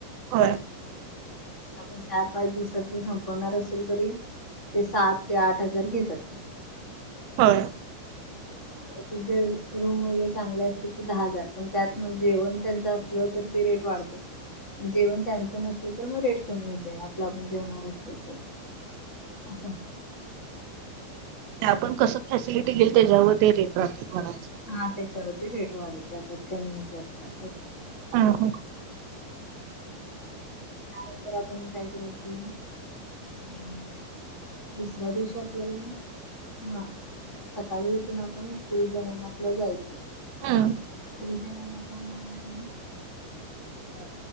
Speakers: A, on the right (about 75°); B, on the left (about 20°).
A: होय.
B: आपण चार पाच दिवसात जर संपवणार असल तरी ते सात ते आठ हजार घेतात.
A: होय.
B: ऐकेक जर रूम वगैरे चांगले असतील ते दहा हजार, पण त्यात म जेवण त्यांचा असलं तर ते रेट वाढते. जेवण त्यांचं नसल तर मग रेट कमी होतय, आपलं आपण जेवणार असल तर. असं
A: ते आपण कसं फॅसिलिटी घेईल त्याच्यावर ते रेट राहतील म्हनायचं.
B: हा त्याच्यावरती रेट वाढत जातात, कमी होत जात.
A: हम्म हम्म.
B: त्यानंतर आपण काय करायचं
A: <inaudible>
B: अं दुसऱ्या दिवशी आपल्याला हा सकाळी उठून आपण कुळी जगन्नाथला जायचं.
A: हां.
B: कुळी जगनाथला जाऊन कणी अ